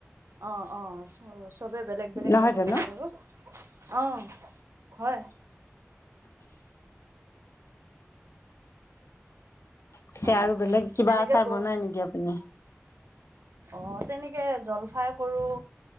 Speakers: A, on the right (about 75°); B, on the left (about 75°).
A: অ', অ', চবে বেলেগ বেলেগকে
B: নহয়
A: বনাই
B: জানো
A: আৰু। অ', হয়।
B: পিছে
A: অ
B: আৰু বেলেগ কিবা
A: তেনেকে
B: আচাৰ
A: ব
B: বনাই নেকি আপুনি।
A: অ', তেনেকে জলফাই কৰোঁ